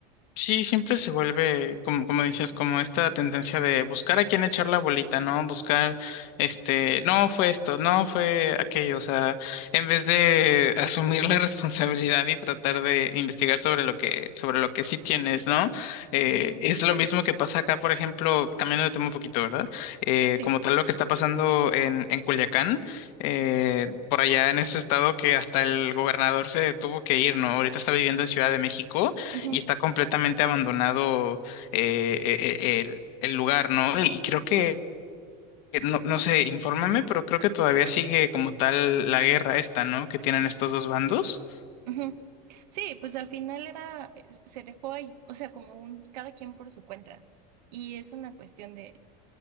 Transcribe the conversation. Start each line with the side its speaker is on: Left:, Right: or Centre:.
Left: Sí, siempre se vuelve, como, como dices, como esta tendencia de buscar a quién echar la bolita, ¿no? Buscar, este, no fue esto, no fue aquello, o sea, en vez de <laughs> asumir la responsabilidad y tratar de investigar sobre lo que, sobre lo que sí tienes, ¿no? Eh,
Right: Mm,
Left: es lo mismo que pasa acá, por ejemplo, cambiando de tema un poquito, ¿verdad? Eh,
Right: sí.
Left: como tal lo que está pasando en, en Culiacán, eh, por allá en ese estado que hasta el gobernador se tuvo que ir, ¿no? Ahorita está viviendo en Ciudad de México
Right: Ujú.
Left: y está completamente abandonado eh, eh, eh, el, el lugar, ¿no? Y, y creo que, que no, no sé, infórmame, pero creo que todavía sigue como tal la guerra esta, ¿no? Que tienen estos dos bandos.
Right: Ujú. Sí, pues al final era, es- se dejó ahí, o sea, como un, cada quien por su cuenta. Y es una cuestión de,